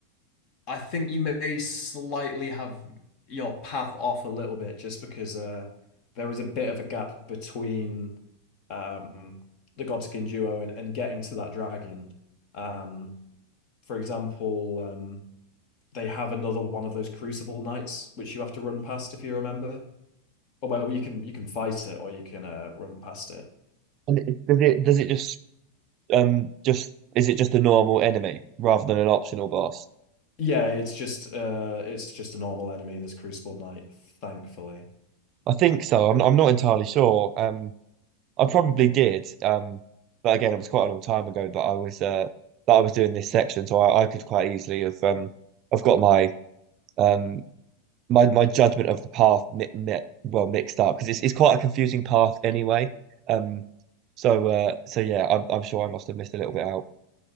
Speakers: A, on the left; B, on the right.
A: I think you may slightly have your path off a little bit just because uh, there is a bit of a gap between um, the Godskin duo and, and getting to that dragon. Um, for example, um, they have another one of those Crucible Knights which you have to run past if you remember. Or well, you can you can fight it or you can uh, run past it.
B: And it, does it does it just um just is it just a normal enemy rather than an optional boss?
A: Yeah, it's just uh, it's just a normal enemy, this Crucible Knight, thankfully.
B: I think so. I'm I'm not entirely sure. Um, I probably did. Um, but again, it was quite a long time ago that I was uh that I was doing this section, so I, I could quite easily have um I've got my um my my judgment of the path mi mi well mixed up because it's it's quite a confusing path anyway. Um, so uh so yeah, I'm I'm sure I must have missed a little bit out.